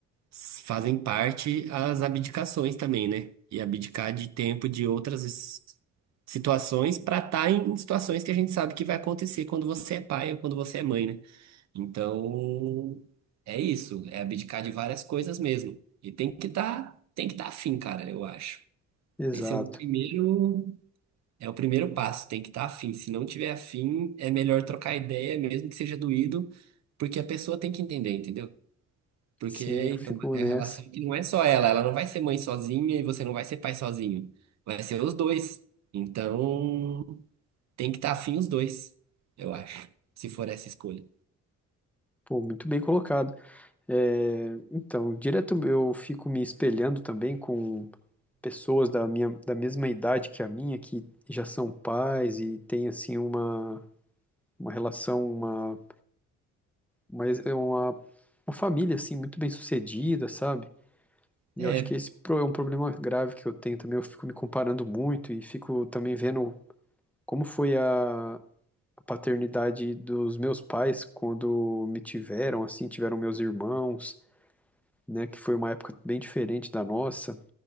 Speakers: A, on the right; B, in the centre.
A: s- fazem parte as abdicações também, né? E abdicar de tempo de outras es- situações para estar em situações que a gente sabe que vai acontecer quando você é pai ou quando você é mãe, né? Então, é isso, é abdicar de várias coisas mesmo. E tem que estar, tem que estar afim, cara, eu acho.
B: Exato.
A: Esse é o primeiro, é o primeiro passo, tem que estar afim. Se não tiver afim, é melhor trocar ideia, mesmo que seja doído, porque a pessoa tem que entender, entendeu? Porque
B: Sim, eu fico
A: é uma é
B: nessa.
A: uma relação que não é só ela, ela não vai ser mãe sozinha e você não vai ser pai sozinho. Vai ser os dois. Então, tem que estar afim os dois, eu acho, se for essa escolha.
B: Pô, muito bem colocado. É, então, direto eu fico me espelhando também com pessoas da minha, da mesma idade que a minha, que já são pais e têm, assim, uma, uma relação, uma, uma, é uma, uma família, assim, muito bem sucedida, sabe? E
A: É,
B: eu acho que esse pro- é um problema grave que eu tenho também. Eu fico me comparando muito e fico também vendo como foi a a paternidade dos meus pais quando me tiveram, assim, tiveram meus irmãos, né, que foi uma época bem diferente da nossa.